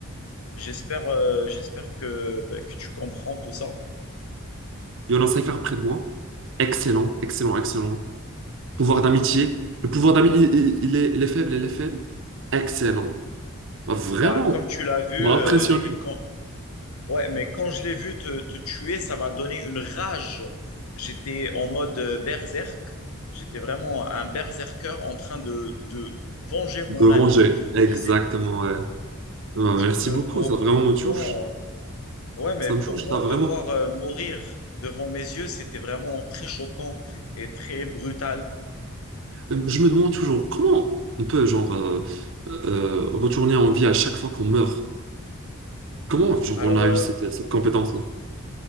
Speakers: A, on the left; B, on the right.
A: J'espère euh, j'espère que, bah, que tu comprends tout ça.
B: Il y en a un cypher près de moi. Excellent, excellent, excellent. Pouvoir d'amitié. Le pouvoir d'amitié, il, il- il est, il est faible, il est faible. Excellent. Ah, Vraiment.
A: Bah, comme tu l'as vu,
B: Tu
A: euh,
B: m'as impressionné.
A: quand... ouais, mais quand je l'ai vu te, te tuer, ça m'a donné une rage. J'étais en mode euh, berserk. J'étais vraiment un berserker en train de, de venger mon
B: De
A: ami
B: venger. Exactement,
A: qui s'est...
B: ouais. Ah,
A: Parce
B: Merci
A: que
B: beaucoup.
A: pour,
B: Ça vraiment
A: pour
B: me touche.
A: moi... Ouais, mais
B: Ça
A: pour
B: me touche,
A: moi,
B: ça
A: te
B: vraiment.
A: voir euh, mourir devant mes yeux, c'était vraiment très choquant et très brutal.
B: Euh, Je me demande toujours comment on peut, genre, euh, euh, retourner en vie à chaque fois qu'on meurt. Comment, genre,
A: Alors,
B: on a
A: euh,
B: eu cette, cette compétence-là?